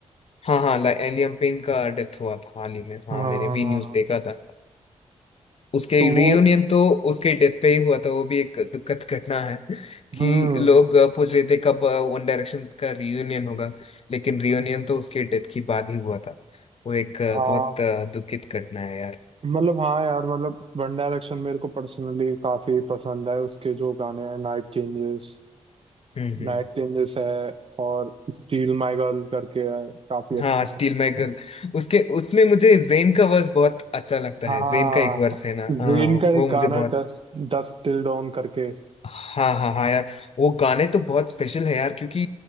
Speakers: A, on the left (about 50°); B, on the right (about 45°).
A: हाँ हाँ एलियम पेन का डेथ हुआ था हाल ही में हाँ
B: हाँ
A: मैंने भी न्यूज देखा था उसके
B: तो वो
A: रियूनियन तो उसके डेथ पे ही हुआ था वो भी एक दुखद घटना है कि
B: हम्म
A: लोग अ, पूछ रहे थे कब वन डायरेक्शन का रियूनियन होगा लेकिन रियूनियन तो उसके डेथ के बाद ही हुआ था वो एक अ,
B: हाँ
A: बहुत अ, दुखित घटना है यार
B: मतलब हाँ यार मतलब वन डायरेक्शन मेरे को पर्सनली काफी पसंद है उसके जो गाने हैं नाइट चेंजेस
A: हम्म हम्म
B: नाइट चेंजेस है और स्टील माय गर्ल करके है काफी अच्छा
A: हाँ
B: है
A: स्टील माई गर्ल उसके उसमें मुझे जेन का वर्स बहुत अच्छा लगता
B: हाँ
A: है जेन का एक वर्स है ना
B: जेन
A: हाँ
B: का
A: वो
B: एक
A: मुझे
B: गाना
A: बहुत
B: है डस्ट डस्ट टिल डॉन करके
A: हाँ हाँ हाँ यार वो गाने तो बहुत स्पेशल है यार क्योंकि